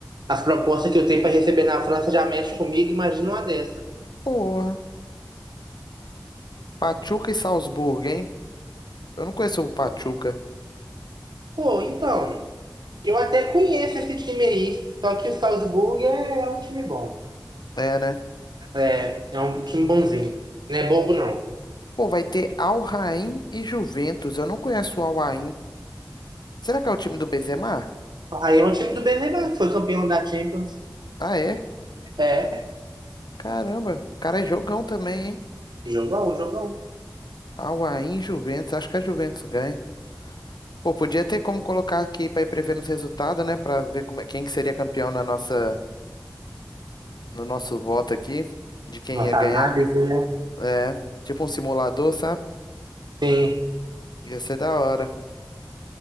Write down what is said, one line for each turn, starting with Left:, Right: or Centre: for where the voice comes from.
Right: as propostas que eu tenho para receber na França já mexem comigo, imagina uma dessa.
Left: Porra. Pachuca e Salzburgo, hein? Eu não conheço o Pachuca.
Right: Pô, então, eu até conheço esse time aí, só que o Salzburg é, é um time bom.
Left: É, né?
Right: É, é um time bonzinho. Não é bobo, não.
Left: Pô, vai ter Al Rain e Juventus. Eu não conheço o Al Rain. Será que é o time do Benzema?
Right: Aí é um time do Benzema, que foi campeão da Champions.
Left: Ah, é?
Right: É,
Left: Caramba, o cara é jogão também, hein?
Right: jogão, jogão.
Left: Al Rain, Juventus. Acho que a Juventus ganha. Pô, podia ter como colocar aqui pra ir prevendo os resultados, né? Pra ver como é- quem que seria campeão na nossa, no nosso voto aqui, de quem
Right: Nossa
Left: ia ganhar.
Right: análise, né?
Left: É, tipo um simulador, sabe?
Right: Sim.
Left: Ia ser da hora.